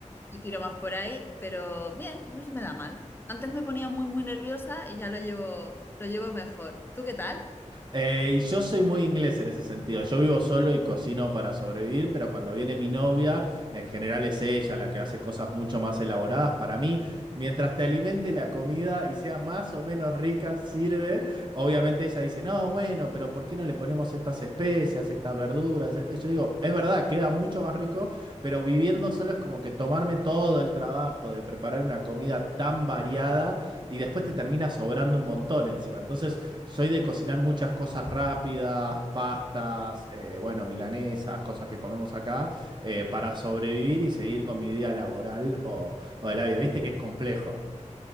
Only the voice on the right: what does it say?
Eh, y yo soy muy inglés en ese sentido. Yo vivo solo y cocino para sobrevivir, pero cuando viene mi novia, en general es ella la que hace cosas mucho más elaboradas para mí. Mientras te alimente la comida y sea más o menos rica, sirve. Obviamente ella dice, no, bueno, pero ¿por qué no le ponemos estas especias, estas verduras, esto? Y yo digo, es verdad, queda mucho más rico Pero viviendo solo es como que tomarme todo el trabajo de preparar una comida tan variada y después te termina sobrando un montón encima. Entonces, soy de cocinar muchas cosas rápidas, pastas, eh, bueno, milanesas, cosas que comemos acá, eh, para sobrevivir y seguir con mi día laboral o, o de la vida. Viste que es complejo.